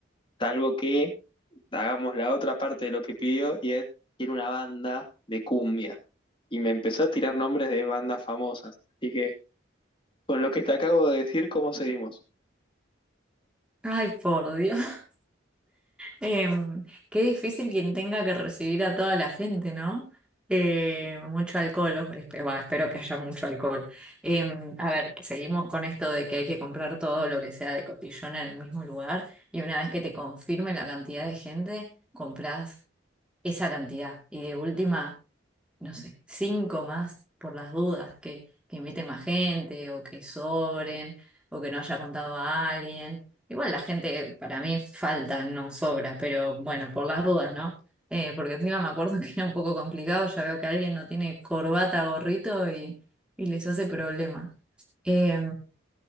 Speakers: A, on the left (about 25°); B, in the centre.
A: Salvo que hagamos la otra parte de lo que pidió y es, quiero una banda de cumbia. Y me empezó a tirar nombres de bandas famosas. Así que con lo que te acabo de decir, ¿cómo seguimos?
B: Ay, por Dios. Em, qué difícil quien tenga que recibir a toda la gente, ¿no? Eh, mucho alcohol, o- espe- bah, espero que haya mucho alcohol. Em, a ver, seguimos con esto de que hay que comprar todo lo que sea de cotillón en el mismo lugar y una vez que te confirme la cantidad de gente, compras esa cantidad. Y de última no sé, cinco más por las dudas, que, que invite más gente o que sobren o que no haya contado a alguien. Igual la gente para mí falta, no sobra, pero bueno, por las dudas, ¿no? Eh, porque encima me acuerdo <laughs> que era un poco complicado, ya veo que alguien no tiene corbata, gorrito y, y les hace problema. Eh,